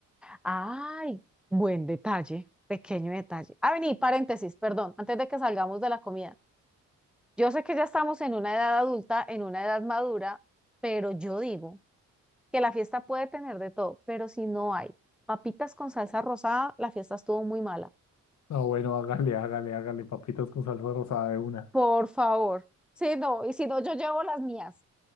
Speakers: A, in the centre; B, on the left.
A: Ay, buen detalle, pequeño detalle. Ah, vení, paréntesis, perdón, antes de que salgamos de la comida. Yo sé que ya estamos en una edad adulta, en una edad madura, pero yo digo que la fiesta puede tener de todo, pero si no hay papitas con salsa rosada, la fiesta estuvo muy mala.
B: No, bueno, hágale, hágale, hágale. Papitas con salsa rosada de una.
A: Por favor. Sí, no, y si no, yo llevo las mías.